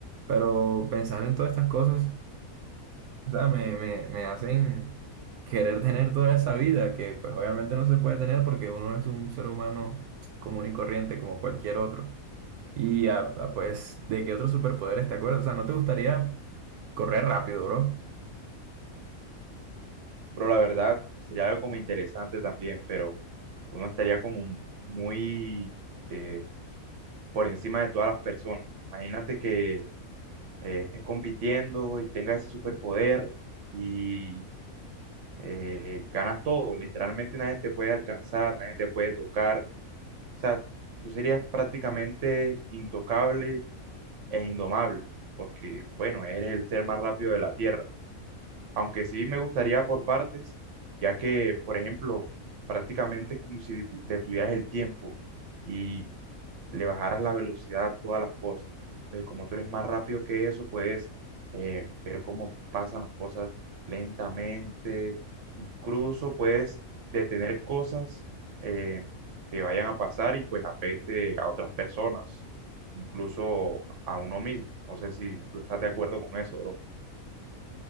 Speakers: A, on the right; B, on the right.
A: Pero pensar en todas estas cosas o sea, me, me, me hacen querer tener toda esa vida que pues obviamente no se puede tener porque uno es un ser humano común y corriente como cualquier otro. Y ah, ah, pues, ¿de qué otros superpoderes te acuerdas? O sea, ¿no te gustaría correr rápido, bro?
B: Bro, la verdad, sería algo como interesante también, pero uno estaría como muy eh, por encima de todas las personas. Imagínate que eh, estés compitiendo y tengas ese superpoder y eh, ganas todo. Literalmente nadie te puede alcanzar, nadie te puede tocar. O sea, tú serías prácticamente intocable e indomable, porque, bueno, eres el ser más rápido de la Tierra. aunque sí me gustaría por partes, ya que, por ejemplo, prácticamente es como si detu- detuvieras el tiempo y le bajaras la velocidad a todas las cosas. Entonces, como tú eres más rápido que eso, puedes eh, ver cómo pasan las cosas lentamente, incluso puedes detener cosas eh, que vayan a pasar y pues afecte a otras personas, incluso a uno mismo. No sé si tú estás de acuerdo con eso, bro.